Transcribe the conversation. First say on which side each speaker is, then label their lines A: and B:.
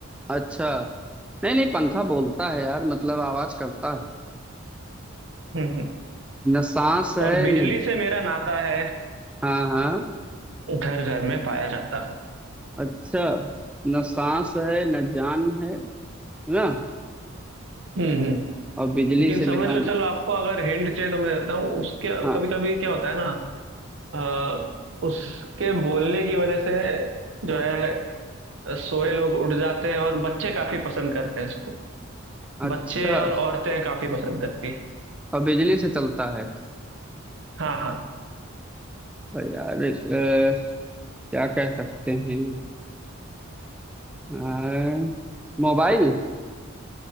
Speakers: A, in the centre; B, on the right (about 60°).
A: अच्छा नहीं नहीं पंखा बोलता है यार मतलब आवाज करता है
B: हम्म।
A: न सांस है
B: और बिजली
A: न
B: से मेरा नाता है
A: हाँ हाँ
B: घर घर में पाया जाता हूँ
A: अच्छा न सांस है न जान है ना
B: हम्म हम्म।
A: और बिजली
B: लेकिन
A: से मेरा
B: समझ लो
A: ना
B: चलो आपको अगर हिंट चाहिए तो मैं देता हूँ उसके
A: हाँ
B: कभी कभी क्या होता है ना अ, उसके बोलने की वजह से जो है सोए लोग उठ जाते हैं और बच्चे काफी पसंद करते हैं इसको
A: अच्छा
B: बच्चे और औरतें काफी पसंद करती हैं
A: और बिजली से चलता है
B: हाँ हाँ
A: तो यार अ, क्या कह सकते हैं अ, मोबाइल